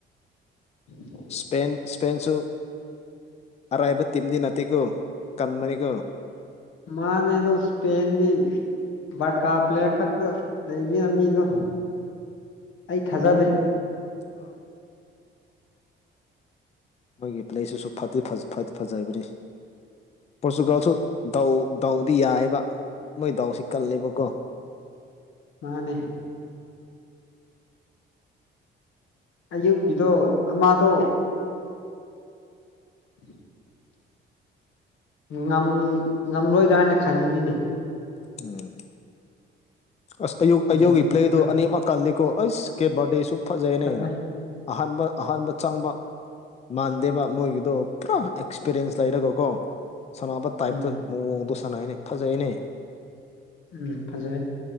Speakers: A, on the left; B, on the left.
A: <inaudible>
B: ꯏꯁꯄꯦꯟ ꯏꯁꯄꯦꯟꯁꯨ ꯑꯔꯥꯏꯕ ꯇꯤꯝꯗꯤ ꯅꯠꯇꯦꯀꯣ ꯀꯟꯕꯥꯅꯤꯀꯣ
A: ꯃꯥꯟꯅꯦ ꯑꯗꯨ ꯏꯁꯄꯦꯟꯗꯤ ꯕꯔꯀꯥ ꯄ꯭ꯂꯦꯌꯔ ꯈꯛꯇ ꯂꯩꯃꯤꯔ ꯃꯤꯗꯣ ꯑꯩ ꯊꯥꯖꯗꯦ꯫
B: ꯑꯥ ꯃꯣꯏꯒꯤ ꯄ꯭ꯂꯦꯁꯤꯁꯨ ꯐꯗꯤ ꯐꯗꯤ ꯐꯖꯕꯅꯤ ꯄꯣꯔꯇꯨꯒꯜꯁꯨ ꯗꯥꯎ ꯗꯥꯎꯗꯤ ꯌꯥꯏꯌꯦꯕꯥ ꯃꯣꯏ ꯗꯥꯎꯁꯤ ꯀꯜꯂꯦꯕꯀꯣ
A: ꯃꯥꯅꯦ꯫ ꯑꯌꯨꯛꯀꯤꯗꯣ ꯑꯃꯥꯗꯣ <inaudible> ꯉꯝ ꯉꯝꯂꯣꯏꯗ꯭ꯔꯥ ꯍꯥꯏꯅ ꯈꯟꯕꯅꯤꯅꯦ
B: ꯎꯝ ꯑꯁ ꯑꯌꯨꯛ-ꯑꯌꯧꯒꯤ
A: ꯅꯝꯐꯨꯅ
B: ꯄ꯭ꯂꯦꯗꯣ ꯑꯅꯤꯃꯛ ꯀꯜꯂꯦꯀꯣ ꯑꯁ ꯀꯦꯄꯤꯕꯔꯗꯦꯁꯨ ꯐꯥꯖꯩꯅꯦ
A: ꯈꯜꯂꯦ
B: ꯑꯍꯥꯟꯕ ꯑꯍꯥꯟꯕ ꯆꯪꯕ ꯃꯥꯟꯗꯦꯕ ꯃꯣꯏꯒꯤꯗꯣ ꯄꯨꯔꯥ ꯑꯦꯛꯁꯄꯤꯔꯤꯌꯦꯟꯁ ꯂꯩꯔꯒꯀꯣ ꯁꯥꯟꯅꯕ ꯇꯥꯏꯞꯇ
A: ꯎꯝ
B: ꯃꯑꯣꯡꯗꯣ ꯁꯥꯟꯅꯩꯅꯦ ꯐꯖꯩꯅꯦ꯫
A: ꯑꯝ ꯐꯖꯩꯌꯦ꯫